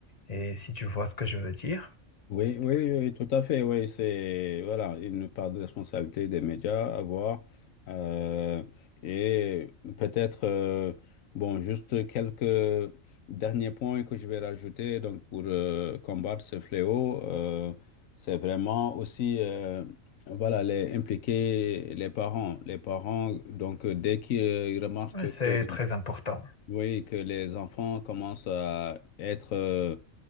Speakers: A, on the left; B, on the left.
A: et si tu vois ce que je veux dire.
B: Oui, oui, oui, tout à fait. Oui, c'est voilà une part de responsabilité des médias à voir euh, et peut-être euh, bon juste quelques derniers points que je vais rajouter donc pour euh, combattre ce fléau, euh, c'est vraiment aussi euh, voilà les impliquer les parents, les parents donc euh, dès qu'ils euh, remarquent
A: Oui, C'est
B: que
A: très important.
B: oui que les enfants commencent à être euh,